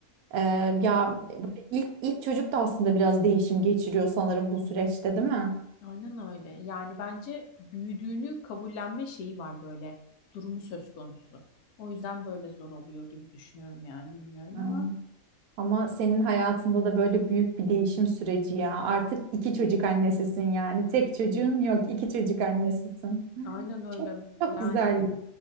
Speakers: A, on the right; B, on the left.
A: Ee, ya böyle ilk ilk çocuk da aslında biraz değişim geçiriyor sanırım bu süreçte değil mi?
B: Aynen öyle. Yani bence büyüdüğünü kabullenme şeyi var böyle. Durumu söz konusu. O yüzden böyle zor oluyor gibi düşünüyorum yani bilmiyorum
A: Hmm.
B: ama
A: Ama senin hayatında da böyle büyük bir değişim süreci ya. Artık iki çocuk annesisin yani. Tek çocuğun yok, iki çocuk annesisin.
B: aynen öyle.
A: Çok çok
B: Yani
A: güzel. ya.